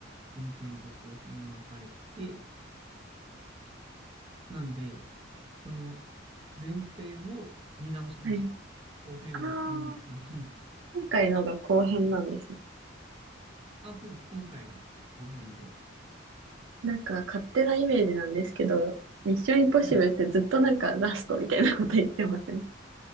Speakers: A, on the right; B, on the right.
A: 前編と後編に分かれてて、なんで、その前編を見直しました。
B: はい。
A: 後編を見に行くために。
B: あー、今回のが後編なんですね。
A: あ、そうです。今回が後編で。
B: なんか勝手なイメージなんですけど、ミッションインポッシブルってずっとなんかラストみたいなこと言ってません
A: はい。